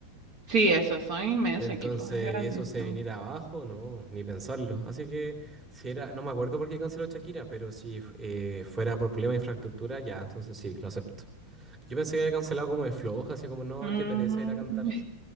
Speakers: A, on the right; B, on the right.
A: Sí, esos son inmensos
B: Entonces,
A: equipos, grandísimos
B: eso se viniera abajo, no, ni pensarlo. Así que, si era, no me acuerdo por qué canceló Shakira, pero si eh, fuera por problema de infraestructura, ya, entonces sí, lo acepto. Yo pensé que había cancelado como de floja, así como, no,
A: Mm,
B: qué pereza ir a cantar.
A: <laughs>